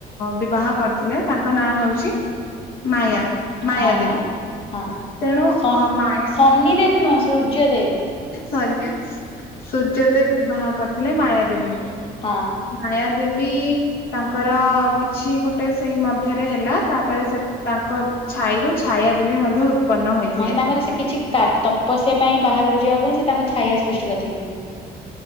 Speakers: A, on the left; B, on the left.
A: ବିବାହ କରିଥିଲେ ତାଙ୍କ ନାଁ ହେଉଛି? ମାୟା
B: ଉଁ,
A: ମାୟା
B: ହଁ
A: ଦେବୀ।
B: ମାଇଁ ହଁ
A: ତେଣୁ
B: ସନ
A: ମାୟା
B: ସନିଦେବ ନୁହଁ ସୂର୍ଯ୍ୟଦେବ?
A: ସରି, ସୂର୍ଯ୍ୟଦେବ ବିବାହ କରିଥିଲେ ମାୟା ଦେବୀଙ୍କୁ।
B: ହଁ
A: ମାୟା ଦେବୀ ତାଙ୍କର କିଛି ଗୋଟେ ସେଇ ମଧ୍ୟରେ ହେଲା। ତାପରେ ସେ ତାଙ୍କ ଛାଇରୁୁ ଛାୟା ଦେବୀ ମଧ୍ୟ ଉତ୍ପନ୍ନ ହୋଇଥିଲେ
B: ହଁ, ତାଙ୍କର ସେ କିଛି ପଶିବା ପାଇଁ ବାହାରକୁ ଯିବା ପାଇଁ ସେ ତାଙ୍କ ଛାୟା ସୃଷ୍ଟି କରିଥିଲେ।